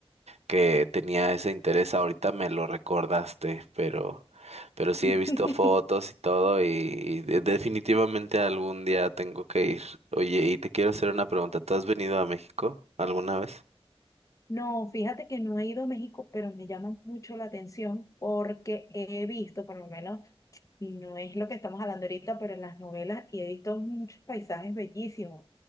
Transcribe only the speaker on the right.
que tenía ese interés, ahorita me lo recordaste, pero, pero sí
he visto fotos y todo y, y de- definitivamente algún día tengo que ir. Oye, y te quiero hacer una pregunta, ¿tú has venido a México alguna vez?